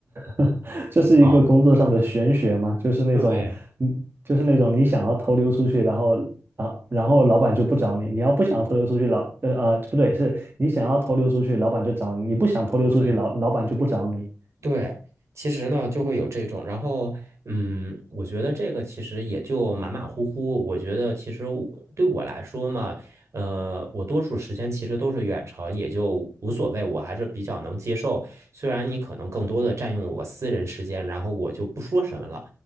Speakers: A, on the right (about 50°); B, on the right (about 75°).
A: <laughs> 这是一个工作上的玄学嘛？
B: 啊，
A: 就是那种，
B: 对
A: 嗯，就是那种你想要偷溜出去，然后啊，然后老板就不找你。你要不想要偷溜出去，老呃呃不对，是你想要偷溜出去，老板就找你；你不想偷溜出去，
B: 对
A: 老老板就不找你。
B: 对，其实呢就会有这种，然后嗯，我觉得这个其实也就马马虎虎。我觉得其实我对我来说嘛，呃，我多数时间其实都是远程，也就无所谓，我还是比较能接受。虽然你可能更多的占用我私人时间，然后我就不说什么了。